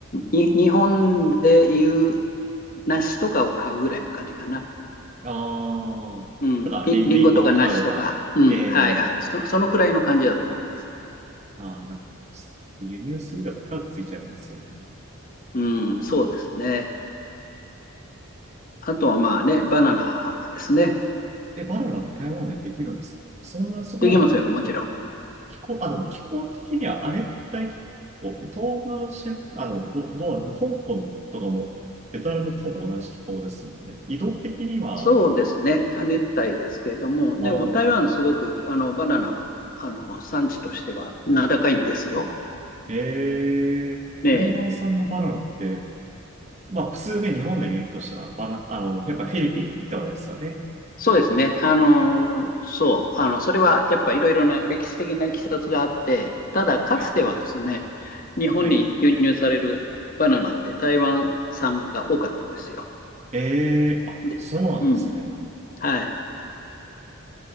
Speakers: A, on the left (about 40°); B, on the right (about 30°).
A: に、日本でいう梨とかを買うぐらいの感じかな。
B: ああ、
A: うん。
B: だからリン、
A: り、りんごとか梨とか。
B: リンゴを買うとか、
A: うん。
B: ええー
A: はいはい。そ、そのくらいの感じだと思います。
B: まあ、な輸入するが高くついちゃいますよね。
A: うん。そうですね。あとはまあね、バナナですね。
B: で、バナナって台湾でできるんです。そんな、そこな、
A: できますよ、もちろん。
B: 気候、あの、気候的には亜熱帯気候、東南シジア、あの、ど、どうなんですか、香港とかも、ベトナムとほぼ同じ気候ですので、移動的には、
A: そうですね。亜熱帯ですけれども、
B: あー
A: でも台湾すごくあのバナナの、あの産地としては名高いんですよ。
B: ええ台湾産のバナナって、
A: ねえ
B: まあ、普通ね、日本で見るとしたら、バナ、あの、やっぱフィリピンとかですよね。
A: そうですね。あのーそう、あの、それはやっぱいろいろな歴史的な経緯があって、ただかつてはですね、
B: はい。
A: 日本に輸入されるバナナって台湾産が多かったんですよ。
B: はい。ええあ、
A: で、
B: そうなんですね。
A: うん、はい。